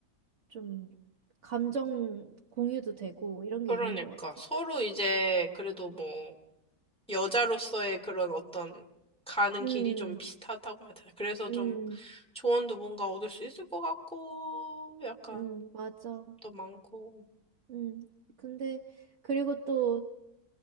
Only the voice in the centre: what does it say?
그러니까,
서로 이제 그래도 뭐, 여자로서의 그런 어떤 가는
길이 좀 비슷하다고 해야 되나. 그래서
좀 조언도 뭔가 얻을 수 있을 것 같고, 약간
또 많고.